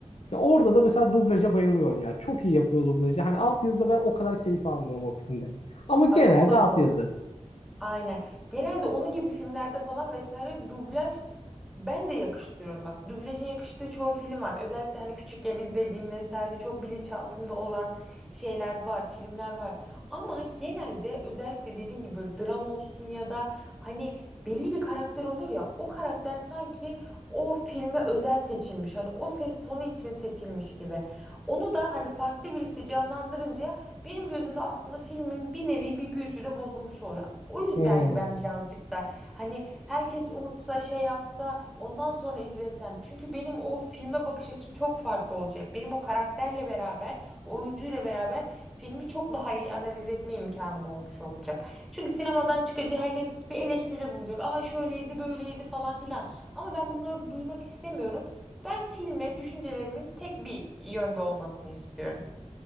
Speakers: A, on the left; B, in the centre.
A: Ya orada da mesela dublaja bayılıyorum ya. Çok iyi yapıyor dublajı. Hani altyazıda ben o kadar keyif almıyorum o filmde. Ama genelde
B: Bak o da
A: altyazı.
B: doğru. Aynen. Genelde onun gibi filmlerde falan vesaire dublaj ben de yakıştırıyorum bak. Dublaja yakıştığı çoğu film var. Özellikle hani küçükken izlediğim vesaire çok bilinçaltımda olan şeyler var, filmler var. Ama genelde özellikle dediğin gibi böyle drama olsun ya da hani belli bir karakter olur ya o karakter sanki o filme özel seçilmiş. Hani o ses tonu için seçilmiş gibi. Onu da hani farklı birisi canlandırınca benim gözümde aslında filmin bir nevi bir büyüsü de bozulmuş oluyor. O yüzden
A: Hmm.
B: ben birazcık da hani herkes unutsa şey yapsa ondan sonra izlesem. Çünkü benim o filme bakış açım çok farklı olacak. Benim o karakterle beraber, o oyuncuyla beraber filmi çok daha iyi analiz etme imkanım olmuş olacak. Çünkü sinemadan çıkınca herkes bir eleştiri bulacak. Aa şöyleydi, böyleydi falan filan. Ama ben bunları duymak istemiyorum. Ben filme düşüncelerimin tek bir yönde olmasını istiyorum.